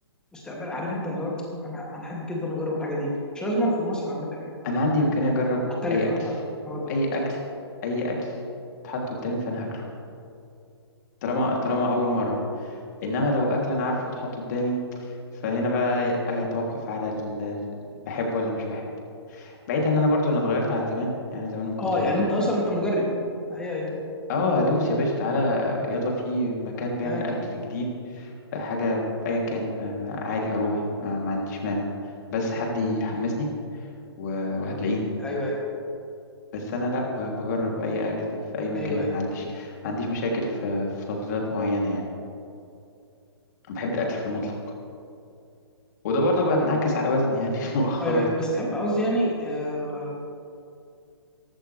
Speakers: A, in the centre; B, on the left (about 40°).
A: مستقبل عارف انت اللي هو انا انا احب جدا اجرب الحاجه دي مش لازم في مصر عامه يعني
B: أنا عندي
A: يعني
B: إمكانية أجرب
A: مختلفه
B: أي أكل
A: عامه مناطق
B: أي
A: مختلفه
B: أكل أي أكل اتحط قدامي فأنا هاكله طالما طالما أول مرة إنما لو أكل أنا عارفه اتحط قدامي فهنا بقى هيتوقف على ال... ال- بحبه ولا مش بحبه بعيد ان انا برضو انا اتغيرت عن زمان يعني زمان ما كنتش
A: اه
B: باكل
A: يعني انت اصلا انت مجرب ايوه ايوه
B: اه
A: مم.
B: ادوس يا باشا تعالى يلا في مكان بيعمل
A: معاك
B: اكل جديد حاجه ايا كان آه عادي هروح ما, ما عنديش مانع بس حد يحمسني و- وهتلاقيني
A: مم. ايوه ايوه
B: بس انا لا ب- بجرب اي اكل في اي مكان
A: ايوه ايوه
B: ما عنديش ما عنديش مشاكل في, في تفضيلات معينه يعني انا بحب الاكل في المطلق وده برضو بنعكس على وزني يعني <laughs> مؤخرا
A: ايوه أيوة. بس تحب قصدي يعني آه